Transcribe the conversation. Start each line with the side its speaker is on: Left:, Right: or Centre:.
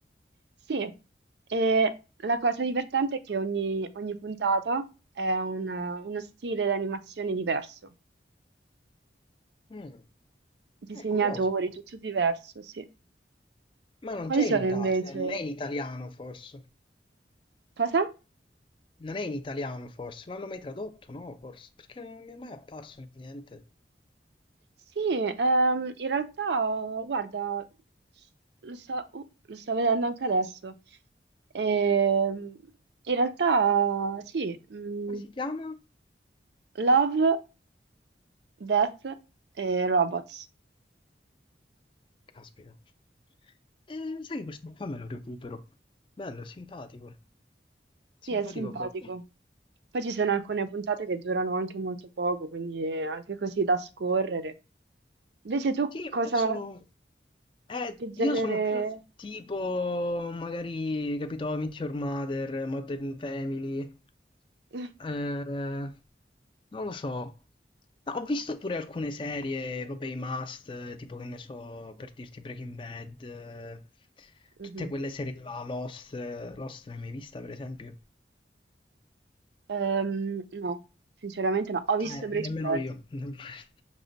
Right: Sì, e la cosa divertente è che ogni, ogni puntata è una- uno stile di animazione diverso.
Left: Mm,
Right: disegnatori,
Left: è curioso.
Right: tutto diverso, sì.
Left: Ma non
Right: Quali
Left: c'è
Right: sono
Left: in Italia,
Right: invece?
Left: non è in italiano forse.
Right: Cosa?
Left: Non è in italiano forse, non l'hanno mai tradotto, no, forse, perché non mi è mai apparso in niente.
Right: Sì, ehm, in realtà, guarda, lo sto, uh, lo sto vedendo anche adesso. Ehm, in realtà, sì, mm,
Left: Come si chiama?
Right: Love, Death e Robots.
Left: Caspita. Eh, sai che questo qua me lo recupero. Bello, simpatico. Simpatico
Right: Sì, è simpatico.
Left: proprio.
Right: Poi ci sono alcune puntate che durano anche molto poco, quindi è anche così da scorrere. Invece tu
Left: Sì,
Right: cosa,
Left: ma io sono... Eh,
Right: che genere...
Left: io sono più tipo, magari, capito, I Meet Your Mother, Modern Family,
Right: <laughs>
Left: eh, non lo so. No, ho visto pure alcune serie, vabbè, i must, eh, tipo che ne so, per dirti Breaking Bad, eh,
Right: Mhm.
Left: tutte quelle serie là, Lost, eh, Lost l'hai mai vista, per esempio?
Right: Ehm, no, sinceramente no. Ho visto
Left: Eh,
Right: Breaking
Left: nemmeno
Right: Bad.
Left: io, <laughs>